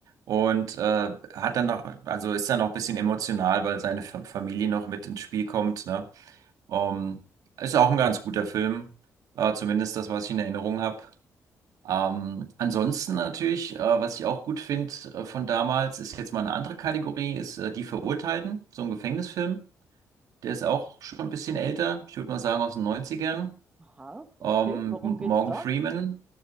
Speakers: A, on the right; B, on the right.
A: Und äh, hat dann noch, also ist dann noch ein bisschen emotional, weil seine Fa- Familie noch mit ins Spiel kommt, ne? Ähm, ist auch ein ganz guter Film, äh, zumindest das, was ich in Erinnerung habe. Ähm, ansonsten natürlich, äh, was ich auch gut finde äh, von damals, ist jetzt mal eine andere Kategorie, ist äh, Die Verurteilten, so ein Gefängnisfilm. Der ist auch schon ein bisschen älter, ich würde mal sagen aus den Neunzigern.
B: Aha, okay,
A: Ähm,
B: worum
A: Morgan
B: geht's da?
A: Freeman.